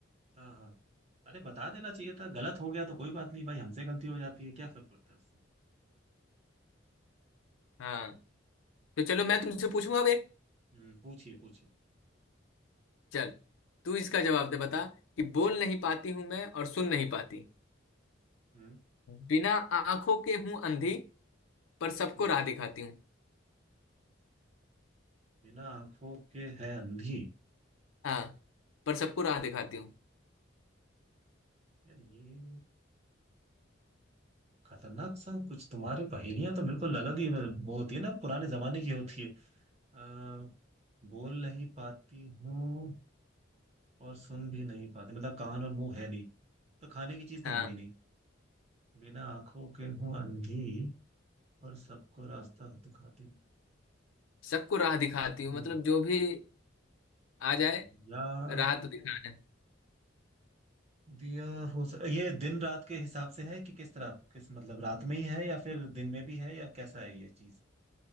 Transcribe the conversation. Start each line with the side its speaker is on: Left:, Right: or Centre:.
Right: हाँ हाँ अरे बता देना चाहिए था गलत हो गया तो कोई बात नहीं भाई हमसे गलती हो जाती है क्या फर्क पड़ता है उससे
Left: हाँ तो चलो मैं तुमसे पूछूंगा अब एक
Right: हम्म पूछिए पूछिए
Left: चल तू इसका जवाब दे बता कि बोल नहीं पाती हूं मैं और सुन नहीं पाती
Right: हम्म
Left: बिना आंखों के हूं अंधी पर सबको
Right: हम्म
Left: राह दिखाती हूँ
Right: बिना आंखों के है अंधी
Left: हाँ पर सबको राह दिखाती हूँ
Right: यार ये खतरनाक सा कुछ तुम्हारे पहेलियां तो बिल्कुल अलग ही वो होती है ना पुराने जमाने की होती है अ, बोल नहीं पाती हूँ और सुन भी नहीं पाती मतलब कान और मुंह है नहीं तो खाने की चीज तो
Left: हाँ
Right: होगी नहीं बिना आंखों के हूँ अंधी और सबको रास्ता दिखाती हूँ
Left: सबको राह दिखाती
Right: अंधी।
Left: हूँ मतलब जो भी आ जाए
Right: दिया
Left: राह
Right: तो
Left: तो दिखाना है
Right: दिया हो सक... ये दिन रात के हिसाब से है कि किस तरह किस मतलब रात में ही है या फिर दिन में भी है या कैसा है ये चीज